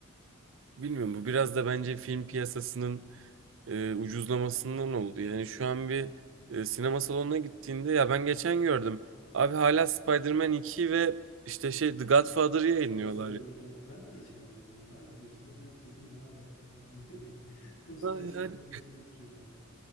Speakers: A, on the right; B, on the left.
A: Bilmiyorum bu biraz da bence film piyasasının e, ucuzlamasından oldu. Yani şu an bir e, sinema salonuna gittiğinde ya ben geçen gördüm. Abi hala Spider-Man 2 ve işte şey The Godfather'ı yayınlıyorlar.
B: Gösterimi evet. Ben de geçen gördüm onu. Harbi gösterime dedim ne alaka falan <laughs> öyle. Nostaljik
A: Ha, yani
B: filmleri getiriyorlar.